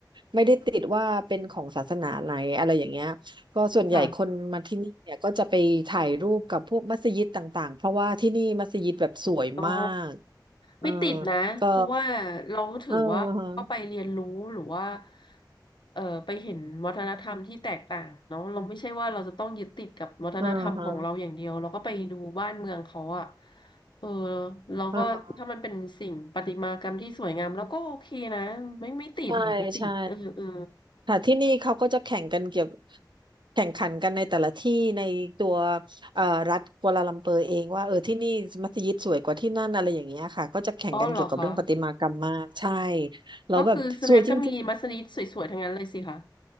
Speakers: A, on the right; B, on the left.
A: ไม่ได้ติดว่าเป็นของศาสนาไหนอะไรอย่างเงี้ย ก็ส่วนใหญ่คนมาที่นี่เนี่ยก็จะไปถ่ายรูปกับพวกมัสยิดต่างๆเพราะว่าที่นี่มัสยิดแบบสวยมาก
B: ค่ะ อ๋อ
A: เออ
B: ไม่ติดนะเพราะว่าเราถือว่าก็ไปเรียนรู้หรือว่า
A: ก็เออฮะ
B: เอ่อไปเห็นวัฒนธรรมที่แตกต่างเนาะเราไม่ใช่ว่าเราจะต้องยึดติดกับวัฒนธรรมของเราอย่างเดียวเราก็ไปดูบ้านเมืองเขาอะ
A: เออฮะ
B: เออเราก็ถ้ามันเป็นสิ่งประติมากรรมที่สวยงามเราก็โอเคนะไม่ไม่ติดค่ะไม่ติดเออเออ
A: เออฮะใช่ใช่ค่ะที่นี่เขาก็จะแข่งกันเกี่ยวแข่งขันกันในแต่ละที่ในตัวเอ่อรัฐกัวลาลัมเปอร์เองว่าเออที่นี่มัสยิดสวยกว่าที่นั่นอะไรอย่างเงี้ยค่ะก็จะแข่งกันเกี่ยวกับเรื่องประติมากรรมมากใช่
B: อ๋อเหรอคะ
A: แล้วแบบสวยจริงๆ
B: ก็คือสแนนก็มีมัสยิดสวยๆทั้งนั้นเลยสิคะ